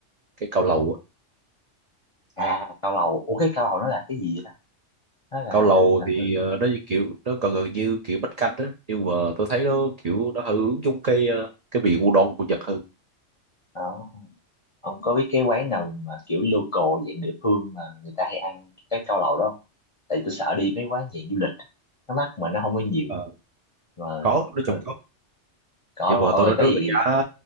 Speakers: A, on the right; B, on the left.
A: cái cao lầu á
B: à cao lầu ủa cái cao lầu nó là cái gì vậy đó nó là
A: cao lầu
B: làm
A: thì
B: từ gì
A: ờ, nó như kiểu nó gần gần như kiểu bánh canh á nhưng mà tôi thấy nó kiểu nó hơi hướng giống cái ờ, cái vị udon của Nhật hơn
B: đó ông có biết cái quán nào mà kiểu local dạng địa phương mà người ta hay ăn cái cao lầu đó không tại tôi sợ đi mấy quán dạng du lịch á, nó mắc mà nó không có nhiều
A: Ờ,
B: mà
A: có nói chung
B: ừ,
A: có
B: có
A: nhưng
B: đúng
A: mà
B: ôi
A: tôi nói
B: có
A: trước
B: gì
A: là giá